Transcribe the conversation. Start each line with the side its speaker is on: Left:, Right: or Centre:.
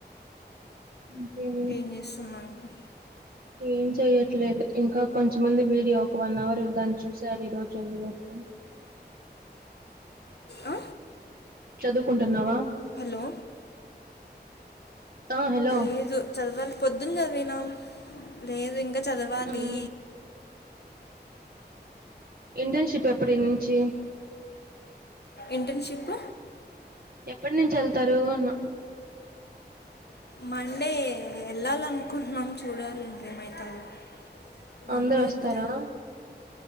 Right: ఇంకేం
Left: ఏం చేస్తున్నావు ఇంకా
Right: ఏం చెయట్లేదు ఇంకా కొంచం ఉంది వీడియో ఒక వన్ అవర్ దాన్ని చూసేయాలి ఈ రోజు అయిలోపు
Left: ఆ?
Right: చదువుకుంటున్నావా
Left: హలో
Right: ఆ హలో
Left: లేదు చదవాలి పొద్దున్న చదివినం లేదు ఇంకా చదవాలి
Right: మ్ ఇంటర్న్షిప్ ఎప్పటి నుంచి
Left: ఇంటర్న్షిప్
Right: ఎప్పటి నుంచి వెళ్తారు అన్న
Left: మండే వెళ్ళాలనుకుంటున్నాం చూడాలి ఇంకేమయితదొ మండే
Right: అందరు వస్తారా
Left: వెళ్తే